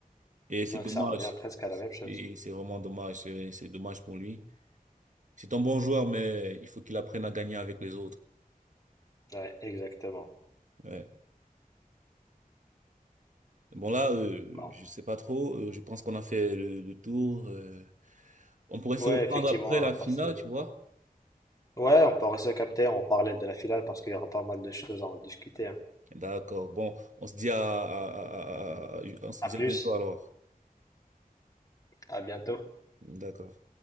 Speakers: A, on the right; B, on the left.
A: Et
B: Donc
A: c'est dommage.
B: ça revient presque à la même chose.
A: Et c'est vraiment dommage. C'est c'est dommage pour lui. C'est un bon joueur, mais il faut qu'il apprenne à gagner avec les autres.
B: Ouais, exactement.
A: Ouais. Bon là, euh,
B: Non.
A: je sais pas trop. euh, je pense qu'on a fait le, le tour. euh. on pourrait
B: Ouais,
A: se reprendre
B: effectivement,
A: après la
B: on a passé.
A: finale, tu vois.
B: Ouais, on peut rester capter. on parlait de la finale parce qu'il y aura pas mal de choses à en discuter. hein.
A: D'accord. Bon, on se dit à, à- à- à- on se
B: À
A: dit
B: plus,
A: à bientôt alors.
B: à bientôt.
A: D'accord.